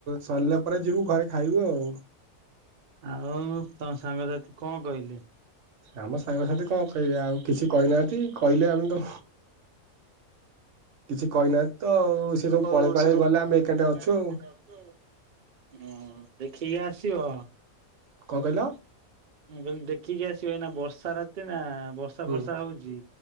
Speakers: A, on the right; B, on the right.
A: ସରିଲା ପରେ ଯିବୁ ଘରେ ଖାଇବୁ ଆଉ।
B: ଆଉ ତମ ସାଙ୍ଗସାଥି କଣ କହିଲେ?
A: ଆମ ସାଙ୍ଗସାଥି କଣ କହିବେ ଆଉ କିଛି କହିନାହାନ୍ତି କହିଲେ ଆମେ ତ କିଛି କହିନାହାନ୍ତି
B: କିଛି
A: ତ
B: କହି
A: ଆଉ
B: ନାହାନ୍ତି
A: ସେ
B: ତ
A: ସବୁ
B: ଆଉ
A: ପଳେଇ ପାଳେଇ
B: ସେ ସବୁ
A: ଗଲେ
B: ପଳେଇ
A: ଆମେ
B: ପାଳେଇ
A: ଏକାଠି
B: ଗଲେ
A: ଅଛୁ
B: ଆମେ
A: ଆଉ
B: ଏକାଠି ଅଛୁ। ଅହ ଦେଖିକି ଆସିବ।
A: କଣ କହିଲ?
B: ମୁଁ କହିଲି ଦେଖିକି ଆସିବ ଏଇନା ବର୍ଷା ରାତି ନା ବର୍ଷା ବର୍ଷା
A: ହୁଁ
B: ଫର୍ଷା ହଉଜି